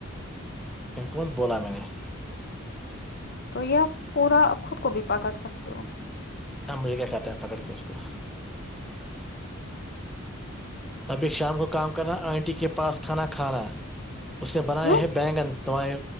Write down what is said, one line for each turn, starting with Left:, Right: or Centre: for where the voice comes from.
Centre: کون بولا میں نے <unintelligible>
Left: تو یہ آپ پورا خود کو بھی پکڑ سکتے ہو
Centre: ہاں مجھے کیا چاہتے ہیں پکڑ کے اس کو ابھی شام کو کام کرنا آنٹی کے پاس کھانا کھانا اس نے بنائے
Left: کیوں
Centre: ہیں بینگن تمہارے